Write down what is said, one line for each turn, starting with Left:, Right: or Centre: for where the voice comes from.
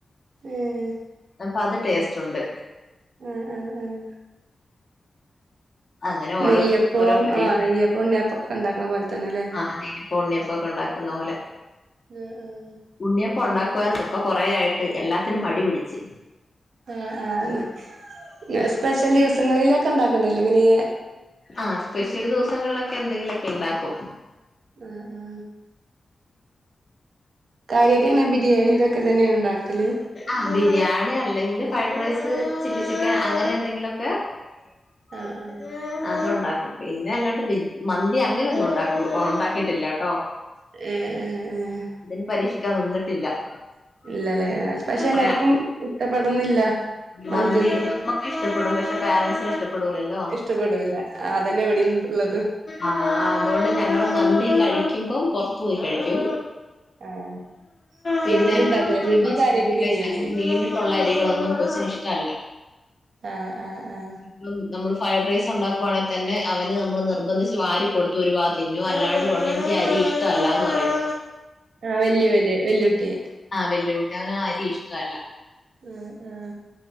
Right: ഏഹ്
Left: അപ്പൊ അത് ടേസ്റ്റ് ഉണ്ട്
Right: ഉം ഉം ഉം
Left: അങ്ങനെ ഓരോനും
Right: നെയ്യപ്പം
Left: ഓരോ പരീക്ഷണ
Right: ആഹ് നെയ്യപ്പം ഉണ്ണിയപ്പൊക്കെ ഉണ്ടാക്കണ പോലെ തന്നെല്ലേ
Left: ആനെ ഉണ്ണിയപ്പൊക്കെ ഉണ്ടാക്കുന്ന പോലെ
Right: മ് മ്
Left: ഉണ്ണിയപ്പം ഉണ്ടാക്കുവായിരുന്നു ഇപ്പൊ കൊറ ആായിട്ട് എല്ലാത്തിനും മടി പിടിച്ച്
Right: ആഹ് ആഹ് ഞാൻ സ്പെഷ്യൽ ദിവസങ്ങളിലൊക്കെ ഉണ്ടാക്കലിണ്ട് ഇങ്ങനെ
Left: ആഹ് സ്പെഷ്യൽ ദിവസങ്ങളിലൊക്കെ എന്തെങ്കിലുമൊക്കെ ഉണ്ടാക്കും
Right: ആഹ ആഹാ കാര്യട്ടന്നെ ബിരിയാണി ഇതൊക്കെ തന്നെയ ഉണ്ടാക്കല്
Left: ആഹ് ബിരിയാണി അല്ലെങ്കിൽ ഫ്രൈഡ് റൈസ് ചില്ലി ചിക്കൻ അങ്ങനെ എന്തെങ്കിലുംഒക്കെ <unintelligible> <unintelligible>
Right: ആഹ് ആഹ്
Left: അത്ണ്ടാക്കും പിന്നെ അല്ലാണ്ട് മന്തി അങ്ങനെ ഒന്നും ഉണ്ട ഉണ്ടാക്കിട്ടില്ല കേട്ടോ
Right: ഏഹ് ഏഹ് ഏഹ്
Left: അതിന് പരീക്ഷിക്കാൻ നിന്നിട്ടില്ല <inaudible>
Right: ഇല്ലല്ലേ പക്ഷെ എല്ലാർക്കും ഇഷ്ടപ്പെടന്നില്ല മന്തിയൊന്നും
Left: മന്തി <inaudible> ഇഷ്ടപ്പെടും പക്ഷെ പോരൻറ്സിന് ഇഷ്ടപ്പെടൂലല്ലോ
Right: ഇഷ്ടപ്പെടൂല്ല അതന്നെ ഇവിടെയും ഉള്ളത്
Left: ആഹ് അതുകൊണ്ട് ഞങ്ങള്ൾ മന്തി കഴിക്കുമ്പം പുറത്തു പോയി കഴിക്കും
Right: ആഹ്
Left: പിന്നെ
Right: വീട്ടിലുണ്ടാക്കൂലേ
Left: എന്റെറെ കൊച്ചിന്
Right: വീട്ടില്
Left: വസുമതി
Right: കാര്യായിട്ട് ബിരിയാണി
Left: റൈസ് അങ്ങനെ നീണ്ടിട്ടുള്ള അരികളൊന്നും കൊച്ചിന് ഇഷ്ടമല്ല
Right: ആഹ് ആഹ് ആഹ്
Left: ഇ നമ്മള് ഫ്രൈഡ് റൈസ് ഉണ്ടാക്കുവാണെങ്കിൽ തന്നെ അവന് നമ്മൾ നിർബന്ധിച്ച് വാരി കൊടു ഒരുരുവാ തിന്നു അല്ലാണ്ട് പറയും എനിക്ക് ഈ അരി ഇഷ്ടമല്ലാന്ന് പറയും
Right: ആഹ് വല്യ പോല് വെല്ലയുട്ടി
Left: ആഹ് വലിയ കൂട്ടി അവന ആ അരി ഇഷ്ടല്ല
Right: ആഹ് ആഹ്